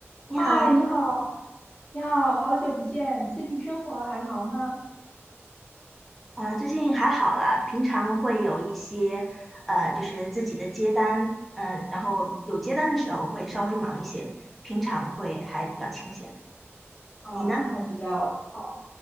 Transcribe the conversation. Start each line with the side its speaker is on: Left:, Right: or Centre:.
Left: 嗨，
Centre: 你好，
Left: 你好，你好，好久不见，最近生活还忙吗？
Centre: 呃，最近还好啦，平常会有一些，呃，就是自己的接单，嗯，然后有接单的时候会稍微忙一些，平常会还比较清闲。
Left: 啊，
Centre: 你呢？
Left: 那还比较好。